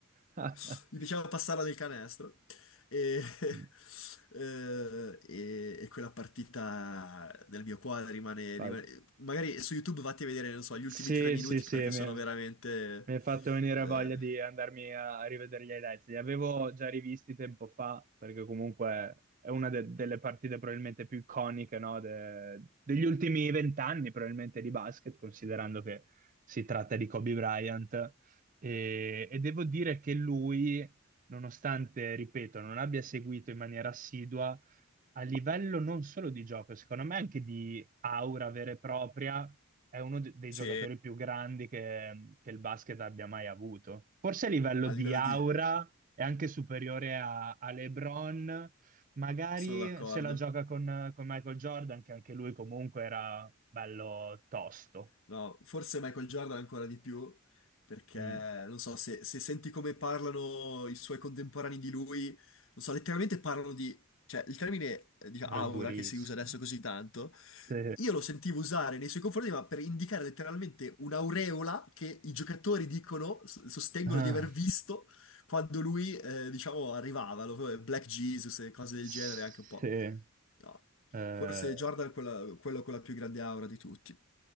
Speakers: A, on the right; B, on the left.
A: <laughs>
B: <laughs> gli piaceva passarla nel canestro e, <laughs>
A: Mm.
B: eh, e- e quella partita nel mio quadro rimane,
A: Basta.
B: rimane- Magari su YouTube vatti a vedere, non so, gli
A: Sì,
B: ultimi tre minuti
A: sì, sì,
B: perché
A: mi-
B: sono veramente...
A: Mi hai fatto venire
B: eh,
A: voglia di andarmi a, a rivedere gli highlights. Li avevo già rivisti tempo fa, perché comunque è una de- delle partite probabilmente più iconiche, no, de- degli ultimi vent'anni, probabilmente di basket, considerando che si tratta di Kobe Bryant. E, e devo dire che lui, nonostante, ripeto, non abbia seguito in maniera assidua, a livello non solo di gioco, secondo me anche di aura vera e propria, è uno de- dei
B: sì,
A: giocatori più grandi che, che il basket abbia mai avuto. Forse a livello
B: a
A: di
B: livello
A: aura
B: di...
A: è anche superiore a, a LeBron, magari
B: sono d'accordo.
A: se la gioca con, con Michael Jordan, che anche lui comunque era bello tosto,
B: No, forse Michael Jordan ancora di più, perché
A: Mm,
B: non so, se, se senti come parlano i suoi contemporanei di lui, non so, letteralmente parlano di... Cioè, il termine, eh, diciamo,
A: era
B: aura,
A: durissimo.
B: che si usa adesso così tanto,
A: Sì.
B: io lo sentivo usare nei suoi confronti, ma per indicare letteralmente un'aureola che i giocatori dicono, s- sostengono
A: Ah,
B: di aver visto quando lui, eh, diciamo, arrivava, lo- Black Jesus e cose del
A: sì.
B: genere, anche un po'. No.
A: Eh,
B: Forse Jordan è quella- quello con la più grande aura di tutti.